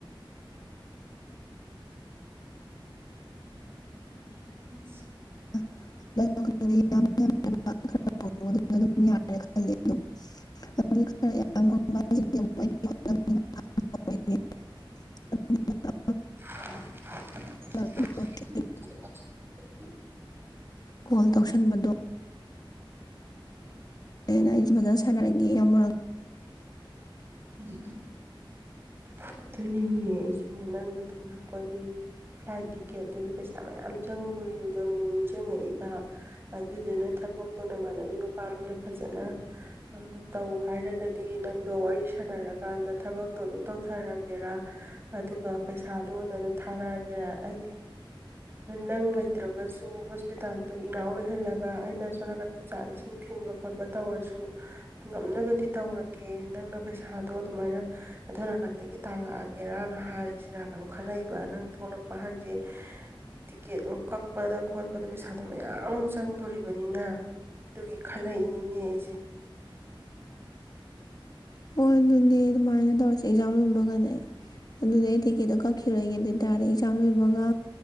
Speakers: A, on the right (about 25°); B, on the left (about 45°).
A: <unintelligible>
B: ꯑ ꯝ ꯌꯥꯔ ꯈ <unintelligible>
A: ꯎꯝ
B: ꯑꯗꯨ
A: <unintelligible>
B: ꯀꯣꯜ ꯇꯧꯁꯟꯕꯗꯣ ꯅ ꯃꯊꯅ ꯁꯥꯟꯅꯔꯒꯦ ꯌꯥꯝ ꯑꯃ
A: ꯅ ꯑꯗꯨꯅꯤꯅꯤ ꯅꯪ ꯊꯣꯛꯂꯛꯄꯒꯤ ꯐ꯭ꯂꯥꯏꯠ ꯇꯤꯛꯀꯦꯠꯇꯒꯤ ꯄꯩꯁꯥ ꯃꯌꯥꯝ ꯆꯪꯗꯣꯔꯤꯕꯗꯣ ꯑꯃꯨꯛ ꯅꯤꯡꯁꯤꯡꯉꯛꯏꯕ ꯑꯗꯨꯗꯨꯅ ꯊꯕꯛꯇꯣ ꯅꯃꯥꯟꯅꯕꯤ ꯃꯄꯥ ꯅ ꯐꯖꯅ ꯇꯧ ꯍꯥꯏꯔꯒꯗꯤ ꯅꯪꯗꯣ ꯋꯥꯔꯤ ꯁꯥꯟꯅꯔꯀꯥꯟꯗ ꯊꯕꯛꯇꯣ ꯑꯗꯨꯝ ꯇꯧꯊꯔꯒꯦ ꯒꯦꯔ ꯑꯗꯨ ꯑꯗꯨꯒ ꯄꯩꯁꯥꯗꯣ ꯑꯣꯏꯅ ꯑꯗꯨꯝ ꯊꯥꯔꯛꯑꯒꯦ ꯑꯣꯏꯒꯔ ꯑꯩꯗꯤ ꯅꯪ ꯂꯩꯇ꯭ꯔꯒꯁꯨ ꯍꯣꯁꯄꯤꯇꯥꯜꯗꯣ ꯏꯅꯥꯎ ꯂꯩꯍꯜꯂꯒ ꯑꯩꯅ ꯑ ꯁꯣ ꯅꯥꯀꯟꯗ ꯆꯥꯛ ꯏꯁꯤꯡ ꯊꯤꯟꯕ ꯈꯣꯠꯄ ꯇꯧꯔꯁꯨ ꯉꯝꯅꯕꯗꯤ ꯇꯧꯔꯒꯦ ꯅꯪꯅ ꯄꯩꯁꯥꯗꯣ ꯑꯗꯨꯃꯥꯏꯅ ꯑꯗꯨꯔꯀꯥꯟꯗꯒꯤ ꯇꯥꯜꯂꯛꯑꯒꯦꯔꯅ ꯍꯥꯏꯔꯤꯁꯤꯔꯅꯨꯛ ꯈꯜꯂꯛꯏꯕ ꯅꯪ ꯊꯣꯛꯂꯛꯄ ꯍꯥꯏꯁꯦ ꯇꯤꯛꯀꯦꯠ ꯑꯃꯛ ꯀꯛꯄꯗ ꯈꯣꯠꯄꯗ ꯄꯩꯁꯥꯗꯣ ꯃꯌꯥꯝ ꯑꯃ ꯆꯪꯗꯣꯔꯤꯕꯅꯤꯅ ꯑꯗꯨꯒꯤ ꯈꯜꯂꯛꯏꯅꯤꯅꯦ ꯑꯩꯁꯦ
B: ꯑꯣ ꯑꯗꯨꯗꯤ ꯑꯗꯨꯃꯥꯏꯅ ꯇꯧꯔ ꯑꯦꯛꯖꯥꯝ ꯂꯣꯏꯕꯒꯅꯦ ꯑꯗꯨꯗꯤ ꯑꯩ ꯇꯤꯛꯀꯦꯠꯇꯣ ꯀꯛꯈꯤꯔꯒꯦ ꯑꯗꯨ ꯑꯣꯏꯇꯥꯔꯗꯤ ꯑꯦꯛꯖꯥꯝ ꯂꯣꯏꯕꯒ